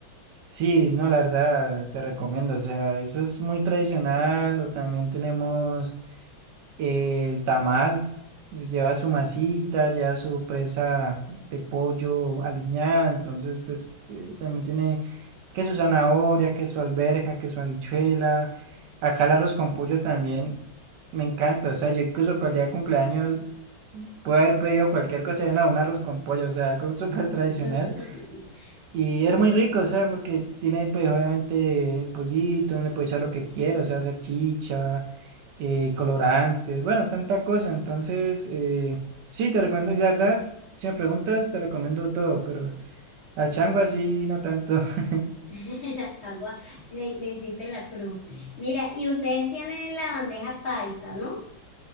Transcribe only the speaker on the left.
<laughs>
Sí.
<laughs> La changua, le, le hiciste la cruz. Mira, y ustedes tienen la bandeja paisa, ¿no?